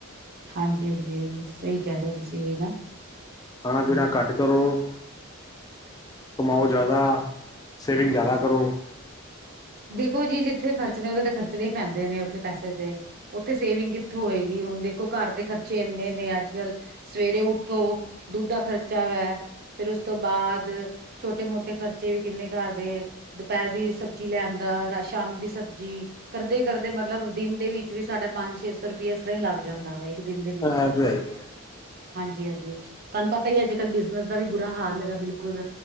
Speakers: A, on the right (about 45°); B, on the left (about 15°).
A: ਹਾਂਜੀ, ਹਾਂਜੀ, ਸਹੀ ਕਹਿ ਰਹੇ ਹੋ ਤੁਸੀਂ ਵੀ ਨਾ।
B: ਖਾਣਾ ਪੀਣਾ
A: ਹਮ
B: ਘੱਟ। ਕਰੋ ਕਮਾਉ ਜ਼ਿਆਦਾ ਸੇਵਿੰਗ ਜ਼ਿਆਦਾ ਕਰੋ।
A: ਦੇਖੋ ਜੀ, ਜਿੱਥੇ ਖਰਚਣੇ ਨੇ ਉਹਦੇ ਤੇ ਖਰਚਣੇ ਹੀ ਪੈਂਦੇ ਨੇ ਉੱਥੇ ਪੈਸੇ ਤੇ। ਉੱਥੇ ਸੇਵਿੰਗ ਕਿੱਥੋਂ ਹੋਏਗੀ। ਹੁਣ ਦੇਖੋ ਘਰ ਦੇ ਖਰਚੇ ਇੰਨੇ ਨੇ ਅੱਜ ਕੱਲ੍ਹ। ਸਵੇਰੇ ਉੱਠੋ ਦੁੱਧ ਦਾ ਖ਼ਰਚਾ ਵੈ। ਫੇਰ ਉਸ ਤੋਂ ਬਾਅਦ ਛੋਟੇ ਮੋਟੇ ਖਰਚੇ ਵੀ ਕਿੰਨੇ ਘਰ ਦੇ ਦੁਪਹਿਰ ਦੀ ਸਬਜ਼ੀ। ਸਬਜ਼ੀ ਲੈਣ ਦਾ ਸ਼ਾਮ ਦੀ ਸਬਜ਼ੀ। ਕਰਦੇ ਕਰਦੇ ਮਤਲਬ ਦਿਨ ਦੇ ਵਿੱਚ ਵੀ ਸਾਡਾ ਪੰਜ ਛੇ ਸੌ ਰੁਪਇਆ ਇਸ ਤਰ੍ਹਾਂ ਹੀ ਲੱਗ ਜਾਂਦਾ ਵੀ। ਇੱਕ ਦਿਨ ਦੇ
B: ਇਹ
A: ਵਿੱਚ ਹੀ
B: ਤੇ ਹੈ ਹੈ
A: ਹਾਂਜੀ ਹਾਂਜੀ। ਤੁਹਾਨੂੰ ਪਤਾ ਹੀ ਅੱਜ ਕੱਲ ਬਿਜਨਸ ਦਾ ਵੀ ਬੁਰਾ ਹਾਲ ਹੈਗਾ ਬਿਲਕੁਲ